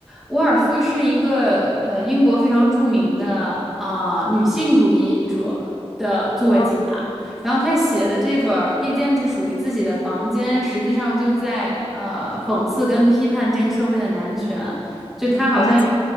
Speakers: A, in the centre; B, on the left.
A: 沃尔夫是一个呃英国非常著名的啊、女性主义者的作家，
B: 哦，
A: 然后她写的这本儿《一间只属于自己的房间》，实际上就在呃讽刺跟批判这个社会的男权。就她好像
B: 了解，